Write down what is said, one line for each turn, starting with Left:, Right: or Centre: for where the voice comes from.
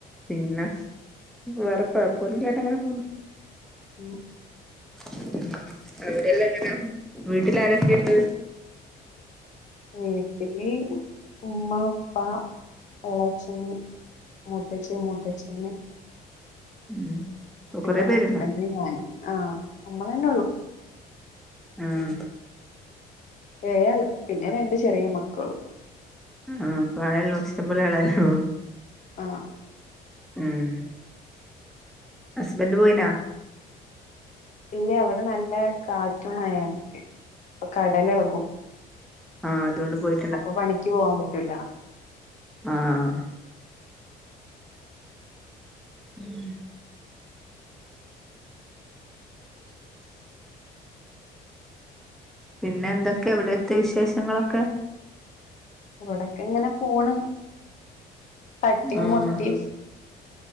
Centre: പിന്ന വേറെ കുഴപ്പൊന്നില്ലാ അങ്ങനെ പോന്
Left: ഉം
Centre: ഉം അവിടെല്ലാം ങ്ങനാ വീട്ടിൽ ആരെ ക്കെണ്ട്
Left: വീട്ടല് ഉമ്മ ഉപ്പാ എളച്ചന് മൂത്തച്ചി മൂത്തച്ഛൻ
Centre: ഉം ഓ
Left: പിന്ന
Centre: കൊറെ പേരുണ്ടോ
Left: ഹസ്ബൻറ് ഞൻ ആഹ് നമ്മളന്നള്ളു
Centre: ഉം
Left: ഏഴാൾ പിന്ന രണ്ട് ചെറിയ മക്കളും
Centre: ആഹ് ഇഷ്‌ടം പോലെ ആളായല്ലോ
Left: ആഹ്
Centre: മം ഹസ്ബൻഡ് പോയിനാ
Left: ഇല്ല ഇവിട നല്ല കാറ്റും മഴ പ്പൊ കടല ഇളകും
Centre: ആഹ് അതുകൊണ്ട് പോയി
Left: അപ്പൊ പണിക്ക് പോവാൻ പറ്റുല്ല
Centre: ആഹ് ഉം പിന്നെ എന്തൊക്കെ അവിടെത്തെ വിശേഷങ്ങളൊക്കെ
Left: ഇവിടൊക്കെ ഇങ്ങന പോണ് തട്ടി
Centre: ഉം
Left: മുട്ടി